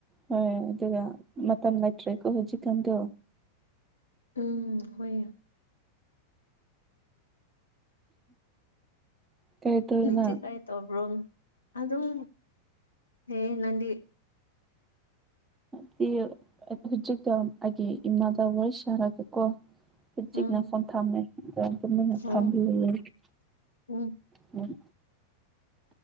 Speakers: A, on the right; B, on the left.
A: ꯍꯣꯏ ꯑꯗꯨꯒ ꯃꯇꯝ ꯂꯩꯇ꯭ꯔꯦꯀꯣ ꯍꯧꯖꯤꯛꯀꯥꯟꯗꯣ
B: ꯎꯝ ꯍꯣꯏ
A: ꯀꯔꯤ ꯇꯧꯔꯤꯅꯣ
B: ꯇꯤꯇꯥꯏ ꯇꯧꯕꯔꫭ ꯑꯗꯨꯝ ꯍꯩꯌꯦ ꯅꯪꯗꯤ
A: ꯁꯤ ꯍꯧꯖꯤꯛꯇ ꯑꯩꯒꯤ ꯏꯃꯥꯒ ꯋꯥꯔꯤ‌ ꯁꯥꯟꯅꯕꯀꫭ ꯍꯧꯖꯤꯛꯅ
B: ꯎꯝ
A: ꯐꯣꯟ ꯊꯝꯃꯦ ꯐꫭꯟ ꯇꯨꯝꯅꯤꯡꯉ ꯊꯝꯉꯔꯤ
B: ꯎꯝ
A: ꯍꯥꯏꯌꯦ
B: ꯎꯝ
A: ꯐꫭꯟ